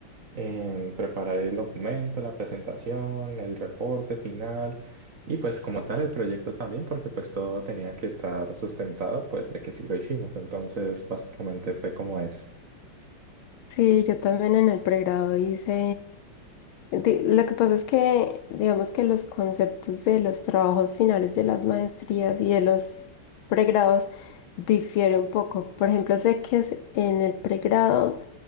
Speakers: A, on the right; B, on the left.
A: en preparar el documento, la presentación, el reporte final y pues como tal el proyecto también porque pues todo tenía que estar sustentado pues de que sí lo hicimos. Entonces básicamente fue como eso.
B: Sí, yo también en el pregrado hice... di- Lo que pasa es que, digamos que los conceptos de los trabajos finales de las maestrías y de los pregrados difieren un poco. Por ejemplo, sé que es- en el pregrado